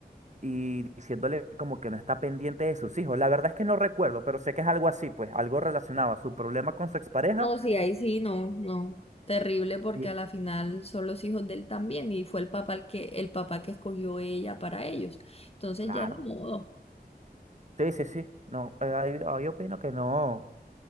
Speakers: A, on the right; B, on the left.
A: y diciéndole como que no está pendiente de sus hijos. La verdad es que no recuerdo, pero sé que es algo así, pues algo relacionado a su problema con su expareja.
B: no, sí, ahí sí, no, no. Terrible porque
A: Y
B: a la final son los hijos de él también y fue el papá el que, el papá que escogió ella para ellos. Entonces
A: claro.
B: ya de modo,
A: Sí, sí, sí. No, eh, ahí, ahí opino que no,